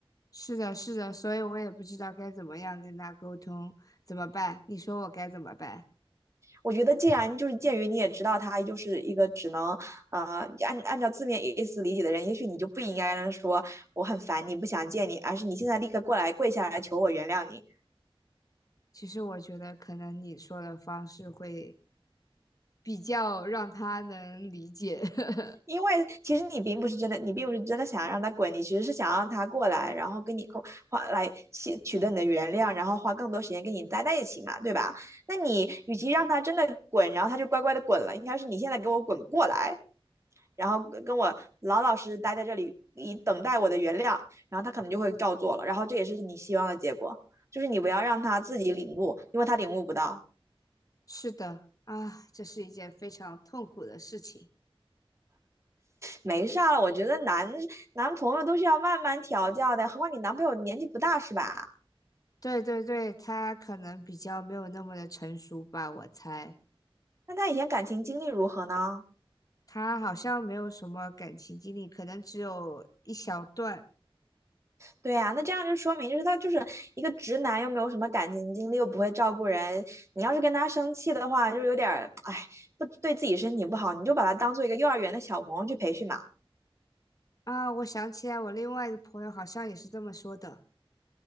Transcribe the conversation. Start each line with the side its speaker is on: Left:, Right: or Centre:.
Left: 是的，是的，所以我也不知道该怎么样跟他沟通，怎么办？你说我该怎么办？
Right: 我觉得既然就是鉴于你也知道他就是一个只能呃按按照字面意思理解的人，也许你就不应该让他说我很烦你不想见你，而是你现在立刻过来跪下来求我原谅你。
Left: 其实我觉得可能你说的方式会比较让他能理解。<laughs>
Right: 因为其实你并不是真的，你并不是真的想让他滚，你其实是想让他过来，然后跟你共花来取取得你的原谅，然后花更多时间跟你待在一起嘛，对吧？那你与其让他真的滚，
Left: 的。
Right: 然后他就乖乖的滚了，应该是你现在给我滚过来，然后跟我老老实实待在这里，以等待我的原谅，然后他可能就会照做了，然后这也是你希望的结果。就是你不要让他自己领悟，因为他领悟不到，
Left: 是的，啊，这是一件非常痛苦的事情。
Right: 没事了。我觉得男男朋友都是要慢慢调教的，何况你男朋友年纪不大是吧？
Left: 对对对，他可能比较没有那么的成熟吧，我猜。
Right: 那他以前感情经历如何呢？
Left: 他好像没有什么感情经历，可能只有一小段
Right: 对呀、那这样就说明，就是他就是一个直男，又没有什么感情经历，又不会照顾人。你要是跟他生气的话，就有点儿，哎，不对自己身体不好，你就把他当做一个幼儿园的小朋友去培训嘛。
Left: 啊。我想起来，我另外一个朋友好像也是这么说的。